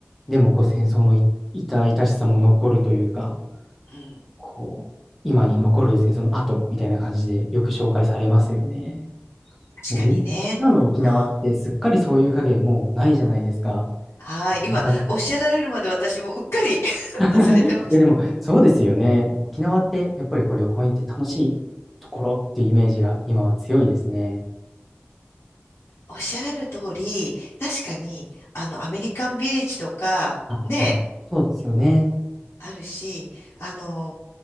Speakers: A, in the centre; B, on the left.
A: でもこう戦争のい痛々しさも残るというか、
B: うん。
A: こう、今に残る戦争の後みたいな感じでよく紹介されますよね。
B: 確かにね。
A: もう今の沖縄ってすっかりそういう影もうないじゃないですか。
B: うん。はい。今、
A: だから
B: おっしゃられるまで私もうっかり <laughs> 忘れてました。
A: <laughs> いやでもそうですよね。沖縄ってやっぱりこう旅行に行って楽しいところっていうイメージが今は強いですね。
B: おっしゃられる通り、確かに、あの、アメリカンビレッジとか、
A: あ、
B: ね、
A: でもそうですよね。
B: あるし、あの、